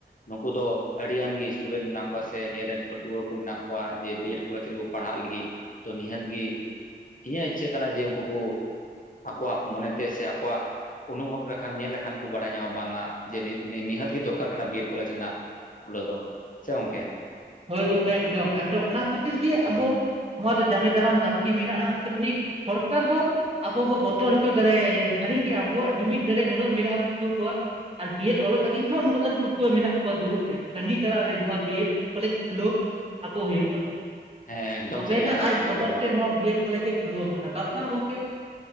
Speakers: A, on the left; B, on the right.
A: ᱱᱩᱠᱩ ᱫᱚ ᱟᱹᱰᱤᱜᱟᱱ ᱜᱮ ᱥᱴᱩᱰᱮᱱᱴ ᱢᱮᱱᱟᱜ ᱠᱚᱣᱟ ᱥᱮ ᱱᱤᱭᱟᱹ ᱨᱮᱱ ᱯᱟᱹᱴᱷᱩᱣᱟᱹ ᱠᱚ ᱢᱮᱱᱟᱜ ᱠᱚᱣᱟ ᱡᱮ ᱵᱤ ᱠᱚᱞᱮᱡᱽ ᱨᱮᱠᱚ ᱯᱟᱲᱦᱟᱜ ᱞᱟᱹᱜᱤᱫ ᱛᱚ ᱱᱤᱦᱟᱹᱛ ᱜᱮ ᱤᱧᱟᱹᱜ ᱤᱪᱪᱷᱟᱹᱜ ᱠᱟᱱᱟ ᱡᱮ ᱩᱱᱠᱩ ᱠᱚ ᱟᱠᱚᱣᱟᱜ ᱢᱚᱱᱮᱛᱮ ᱥᱮ ᱟᱠᱚᱣᱟᱜ ᱚᱱᱩᱵᱷᱚᱵ ᱞᱮᱠᱷᱟᱱ ᱧᱮᱞ ᱞᱮᱠᱷᱟᱱ ᱠᱚ ᱵᱟᱲᱟᱭ ᱧᱟᱢᱟ ᱵᱟᱝᱟ ᱡᱮ ᱱᱮ ᱱᱮ ᱱᱤᱦᱟᱹᱛ ᱜᱮ ᱫᱚᱨᱠᱟᱨ᱾ <unintelligible> ᱵᱤᱭᱮᱰ ᱠᱚᱞᱮᱡᱽ ᱨᱮᱱᱟᱜ ᱠᱷᱩᱞᱟᱹᱣ ᱫᱚ ᱥᱮ ᱜᱚᱝᱠᱮ
B: ᱦᱳᱭ ᱜᱚᱝᱠᱮ ᱮᱠᱫᱚᱢ ᱮᱠᱫᱚᱢ ᱚᱱᱟ ᱠᱷᱟᱹᱛᱤᱨ ᱜᱮ ᱟᱵᱚ ᱱᱚᱣᱟ ᱫᱚ ᱡᱟᱸᱜᱮ ᱫᱟᱨᱟᱢ ᱞᱟᱹᱠᱛᱤ ᱢᱮᱱᱟᱜᱼᱟ ᱥᱮ ᱩᱱᱤ ᱥᱚᱨᱠᱟᱨ ᱦᱚᱸ ᱟᱵᱚ ᱵᱚ ᱵᱚᱛᱚᱨ ᱦᱚᱪᱚ ᱫᱟᱲᱮᱭᱟᱭᱟ ᱥᱟᱹᱨᱤ ᱜᱮ ᱟᱵᱚᱣᱟᱜ ᱡᱩᱢᱤᱫ ᱫᱟᱲᱮ ᱱᱩᱱᱟᱹᱜ ᱢᱮᱱᱟᱜᱼᱟ ᱯᱟᱹᱴᱷᱩᱣᱟᱹ ᱠᱚᱣᱟᱜ ᱟᱨ ᱵᱤᱭᱮᱰ ᱚᱞᱚᱜ ᱞᱟᱹᱜᱤᱫ ᱦᱚᱸ ᱱᱩᱱᱟᱹᱜ ᱜᱟᱱ ᱯᱟᱹᱴᱷᱩᱣᱟᱹ ᱢᱮᱱᱟᱜ ᱠᱚᱣᱟ ᱫᱩᱲᱩᱵ ᱨᱮ ᱛᱺᱜᱤ ᱛᱟᱲᱟᱜ ᱨᱮ ᱱᱚᱣᱟ ᱵᱤᱭᱮᱰ ᱠᱚᱞᱮᱡᱽ ᱠᱷᱩᱞᱟᱹᱣ ᱟᱠᱚ ᱦᱩᱭᱩᱜᱼᱟ᱾
A: ᱦᱮᱸ ᱮᱠᱫᱚᱢ
B: ᱛᱚᱵᱮᱱᱟ
A: ᱥᱟᱹᱨᱤ ᱠᱟᱛᱷᱟ
B: ᱟᱡ
A: ᱵᱮᱱ ᱞᱟᱹᱭ
B: ᱵᱚᱛᱚᱨ
A: ᱠᱟᱫᱟ
B: ᱛᱮ ᱱᱚᱣᱟ ᱵᱤᱭᱮᱰ ᱠᱚᱞᱮᱡ ᱠᱷᱩᱞᱣᱟᱵᱚᱱᱟ ᱵᱟᱝᱠᱷᱟᱱ ᱜᱚᱝᱠᱮ